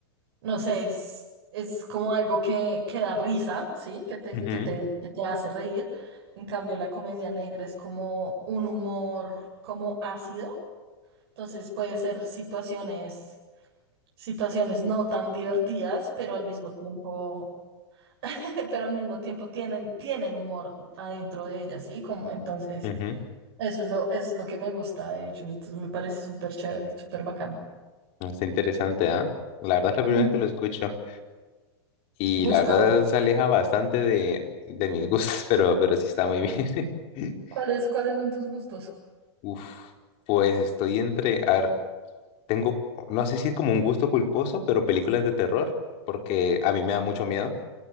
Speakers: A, on the right; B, on the left.
A: no sé, es, es como algo que, que da risa, ¿sí? Que te,
B: Ujú,
A: que te, que te hace reír. En cambio, la comedia negra es como un humor como ácido. Entonces puede ser situaciones, situaciones no tan divertidas, pero al mismo tiempo, <laughs> pero al mismo tiempo tienen, tienen humor adentro de ellas, ¿sí? Como, entonces,
B: ujú.
A: eso es lo, es lo que me gusta, de hecho. Entonces me parece súper chévere, súper bacano.
B: No, Está interesante, ¿ah? La verdad es la primera
A: Mm,
B: vez que lo escucho y
A: Búscalo.
B: la verdad se aleja bastante de, de mis gustos, <laughs> pero, pero sí está muy bien.
A: ¿Cuáles,
B: <laughs>
A: cuáles son tus gustos?
B: Uf, pues estoy entre... A ver, tengo, no sé si es como un gusto culposo, pero películas de terror, porque a mí me da mucho miedo,